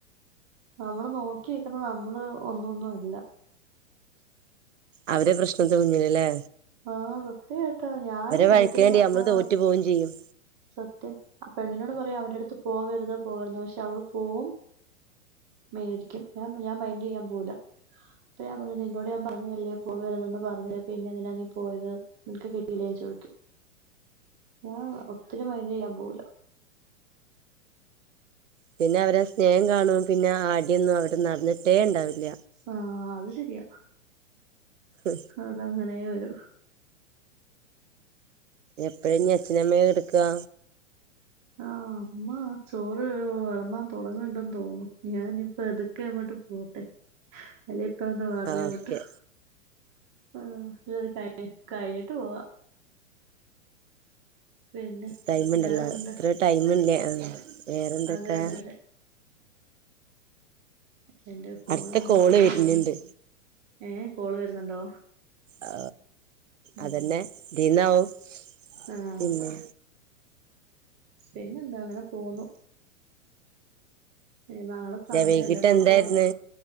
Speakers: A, on the right (about 40°); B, on the right (about 70°).
A: നമ്മള് നോക്കിക്കുന്ന നമ്മള് ഒന്നൊന്നും അല്ല
B: അവരെ പ്രശ്നത്തെ മുന്നില്‌ ല്ലേ
A: ആഹ് സത്യകേട്ടോ ഞാൻ
B: വഴക്കിന്
A: മൂത്തിരി
B: വേണ്ടി നമ്മള്
A: ആ
B: തോറ്റു പോവും ചെയ്യും
A: സത്യം പെണ്ണിനോട് പറയും അവൻറ ടുത്ത് പോകരുത് പോകരുത് പക്ഷെ അവള് പോവും മേടിക്കും ഞ ഞാൻ മൈന്റ് ചെയ്യാൻ പോവൂല്ല അപ്പൊ ഞാൻ പറഞ്ഞു നിന്നോട് ഞാൻ പറഞ്ഞതല്ലേ ഫോളോ ചെയ്യരുതെന്ന് പറഞ്ഞതല്ലേ പിന്നെ എന്തിനാ നീ പോയത് ഇൻക്ക് കിട്ടീല്ലേ ചോയിക്കും ഞാൻ ഒത്തിരി മൈൻഡ് ചെയ്യാ പോവൂല
B: പിന്നെ അവരെ സ്നേഹം കാണുമ്പം പിന്നെ അടിയൊന്നും അവിടെ നടന്നിട്ടേ ണ്ടാവില്ല
A: സാ അത് ശരിയാ
B: ഹ്
A: അത്അങ്ങനെ വരു
B: എപ്പഴാ ഞ്ഞ് അച്ഛനമ്മേ കെടക്കാ
A: ആഹ് അമ്മ ചോറ് വിളമ്പാ തൊടങ്ങ്ട്ട് തോന്നുന്നു ഞാനി പെതുക്കെ അങ്ങോട്ട് പോട്ടെ അല്ല ഇപ്പ വന്ന് വതിലേ
B: ആഹ് ഓക്കെ
A: മുട്ടും ആഹ് കഴിഞ്ഞിട്ട് പോവാ പിന്നെ
B: ടൈമ്ണ്ടല്ലോ
A: വേറെന്തുണ്ട്
B: ഇത്ര ടൈമ് ഇല്ലേ ആഹ് വേറെന്തൊക്കാ
A: അതെ അതെ അതെ എന്റെ ഫോണിൽ
B: അടുത്ത
A: എന്തൊക്കെയോ
B: കോള് വരുന്നുണ്ട്
A: ഏ കോള് വരുന്നുണ്ടോ
B: ആ
A: ഉം
B: അതന്നെ ഇന്നീയാവും
A: ആഹ്
B: പിന്നെ
A: പിന്നെ എന്താ അങ്ങനെ പോന്നു ഏ, നാളെ സൺഡേ
B: വൈകിട്ട്
A: അല്ലേ പുറത്ത്
B: എന്താരിന്ന്
A: പോവ്ണ്ടോ